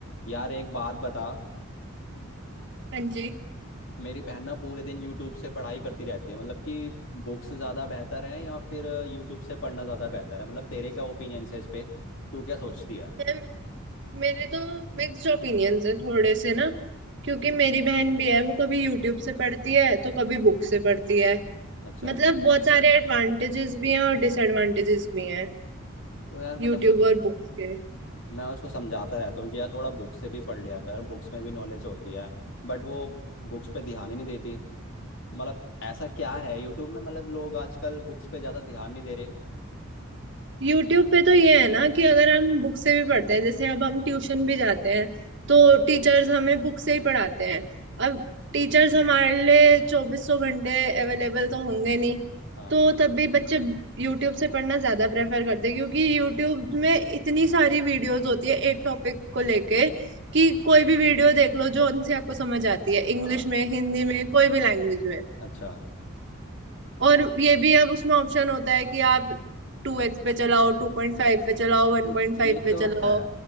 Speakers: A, on the left (about 60°); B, on the right (about 55°).
A: यार एक बात बता
B: हाँ जी
A: मेरी बहन ना पूरे दिन यूट्यूब से पढ़ाई करती रहती है मतलब कि बुक्स ज़्यादा बेहतर है या फिर यूट्यूब से पढ़ना ज़्यादा बेहतर है मतलब तेरे क्या ओपिनियन है इस पे तू क्या सोचती है
B: मैम, मेरे तो मिक्स्ड ओपिनियंस है थोड़े से ना क्योंकि मेरी बहन भी है वो कभी यूट्यूब से पढ़ती है तो कभी बुक से पढ़ती है
A: अच्छा
B: मतलब बहुत सारे एडवांटेजेस भी हैं और डिसएडवांटेजेस भी हैं
A: तो यार मतलब
B: यूट्यूब
A: कुछ
B: और बुक्स के
A: मैं उसको समझाता रहता हूँ कि यार थोड़ा बुक से भी पढ़ लिया कर बुक्स में भी नॉलेज होती है बट वो बुक्स पे ध्यान ही नहीं देती मतलब ऐसा क्या है यूट्यूब में मतलब लोग आजकल बुक्स पे ज़्यादा ध्यान नहीं दे रहे
B: यूट्यूब पे तो ये है ना कि अगर हम बुक से भी पढ़ते हैं जैसे अब हम ट्यूशन भी जाते हैं
A: हम्म
B: तो टीचर्स हमें बुक से ही पढ़ाते हैं अब टीचर्स हमारे लिए चौबीसों घंटे अवेलेबल तो होंगे नहीं
A: हाँ
B: तो तब भी बच्चे यूट्यूब से पढ़ना ज्यादा प्रेफर करते हैं क्योंकि यूट्यूब में इतनी सारी वीडियोस होती है एक टॉपिक को लेके कि कोई भी वीडियो देख लो जो उनसे आपको समझ आती है इंग्लिश
A: हाँ
B: में हिंदी में कोई भी लैंग्वेज में
A: अच्छा
B: और ये भी अब उसमें ऑप्शन होता है कि आप टू एक्स पे चलाओ टू पॉइंट फाइव पे चलाओ वन
A: हाँ,
B: पॉइंट फाइव
A: ये
B: पे
A: तो
B: चलाओ
A: है